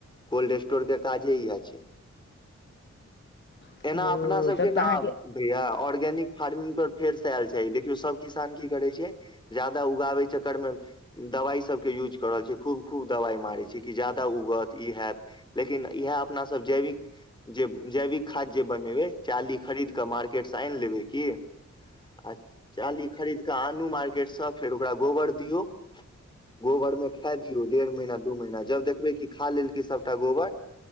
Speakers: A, on the left; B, on the left.
A: कोल्ड स्टोर के काजे इहै आ छै
B: ओ
A: एना अपना सबके
B: तब
A: ना
B: तऽ अहाँके
A: बिया ऑर्गेनिक फार्मिंग पर फेर स आयल छै देखियौ सब किसान की करै छिय जादा उगाबै चक्कर में दबाइ सभके युज क रहल छै खूब खूब दबाय मारै छै कि ज्यादा उगत ई हैत लेकिन इहै अपना सब जैविक जे जैविक खाद जे बनेवै चाली खरीद क मार्केट सॅं आइन लेबै कि आ चाली खरीद कऽ आनु मार्केट सँ फेर ओकरा गोबर दियौ गोबर में खैय दियो डेर महीना दु महीना जब देखबै कि खा लेलकै सभटा गोबर